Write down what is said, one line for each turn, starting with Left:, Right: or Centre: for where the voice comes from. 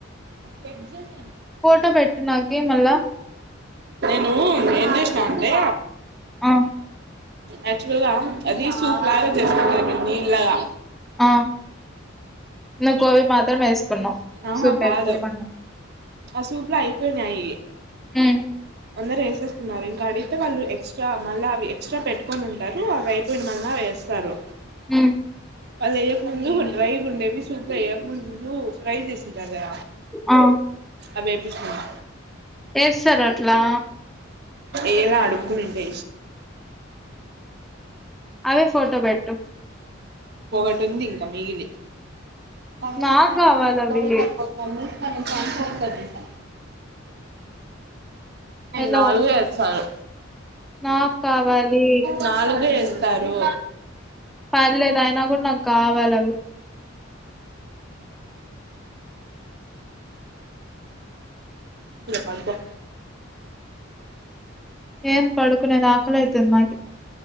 Right: పగజెట్
Centre: ఫోటో పెట్టు నాక మళ్ళా
Right: నేను ఏన్ చేసిన అంటే
Centre: ఆ
Right: యాక్చువల్గా అది సూప్ లాగా చేసుకుంటారుక్కడ నీళ్లాగా
Centre: ఆ ను కోబ మాత్రం వేసుకున్నాం
Right: ఆహా
Centre: సూప్ వేసుకో
Right: కాదు
Centre: ప
Right: ఆ సూపర్ అయిపోయినే అయ్యే
Centre: హ
Right: అందరు వేసేస్తున్నారు ఇంకా అడిగితే వాళ్ళు ఎక్స్ట్రా మళ్ళీ అవి ఎక్స్ట్రా పెట్టుకొని ఉంటారు అవి అయిపోయిన మళ్ల వేస్తారు
Centre: అ
Right: అయకము ముందు ఉండ్రయి గుండెవి సూపర్ అయ్యకముందు ఫ్రై చేసింటారుదద
Centre: ఆ!
Right: అవేపుస్తున్నా
Centre: ఎస్ సార్ ఇలా
Right: ఏలా అడుకునింటే
Centre: అవే ఫోటో పెెట్ట
Right: ఒకటి ఉంది ఇంకా మిగిలి మమ
Centre: నాకు
Right: అసే
Centre: గావాలవి.
Right: అ సై జప్ప మమ అను చ ఫోన్ క స
Centre: హలో!
Right: నాలుగుే వచ్చారు
Centre: నాకు కావాలి.
Right: నాలుగుే తరు
Centre: పర్లేదు ఆయన కూడా నాకు కావాలవి
Right: పక
Centre: ఏమ్ పడుకునేది ఆకలైతుంది నాకు